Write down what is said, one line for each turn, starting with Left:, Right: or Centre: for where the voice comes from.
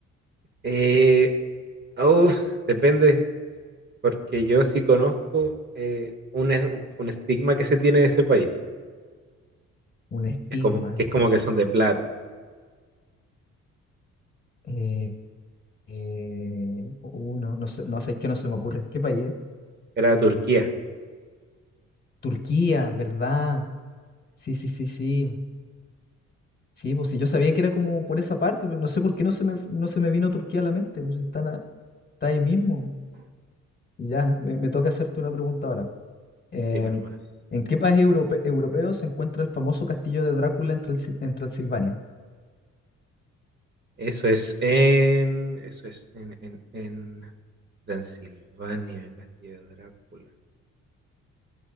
Right: Eh, uf, depende, porque yo sí conozco eh, un, es- un- un estigma que se tiene de ese país,
Left: Un estigma.
Right: que es como que, es como que son de plata.
Left: Eh, eh, uno, no no sé, no sé, es que no se me ocurre. ¿Qué país es?
Right: Era Turquía,
Left: Turquía, ¿verdad? Sí, sí, sí, sí. Sí, pues si yo sabía que era como por esa parte, pero no sé por qué no se me, no se me vino Turquía a la mente, pues si están a- está ahí mismo. Ya, me, me toca hacerte una pregunta ahora. Eh,
Right: dime nomás.
Left: ¿en qué país europe- europeo se encuentra el famoso castillo de Drácula en Transil- en Transilvania?
Right: Eso es en, eso es en, en, en Transilvania, Castilla Drácula.